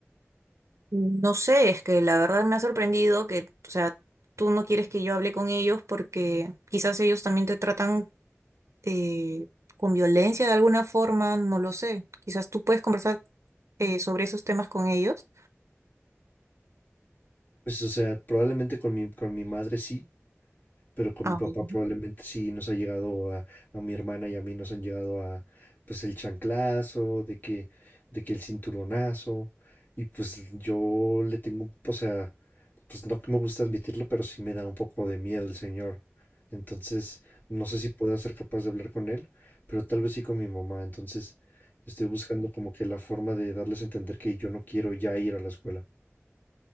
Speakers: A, on the right; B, on the left.
A: No sé, es que la verdad me ha sorprendido que, o sea, tú no quieres que yo hable con ellos porque quizás ellos también te tratan eh, con violencia de alguna forma, no lo sé. Quizás tú puedes conversar eh, sobre esos temas con ellos.
B: Pues, o sea, probablemente con mi, con mi madre sí, Pero con
A: Ay.
B: mi papá probablemente sí nos ha llegado a, a mi hermana y a mí nos han llegado a pues el chanclazo, de que, de que el cinturonazo, y pues yo le tengo, o sea, pues no que me gusta admitirlo, pero sí me da un poco de miedo el señor. Entonces, no sé si pueda ser capaz de hablar con él, pero tal vez sí con mi mamá. Entonces, estoy buscando como que la forma de darles a entender que yo no quiero ya ir a la escuela.